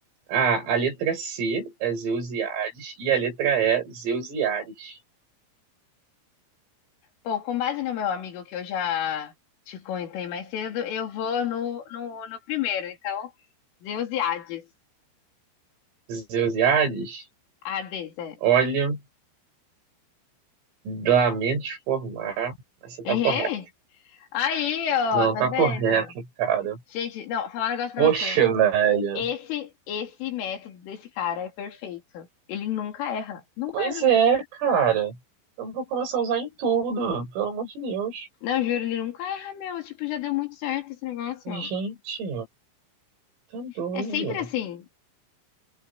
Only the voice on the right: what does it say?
A, a letra C é Zeus e Hades e a letra E, Zeus e Ares.
Zeus e Hades,
olha, lamento te informar, mas você tá
correto.
Não,
tá
correto, cara.
Poxa,
velho.
Pois
é, cara. Eu vou começar a usar em tudo, pelo amor de Deus.
Gente, tá doido.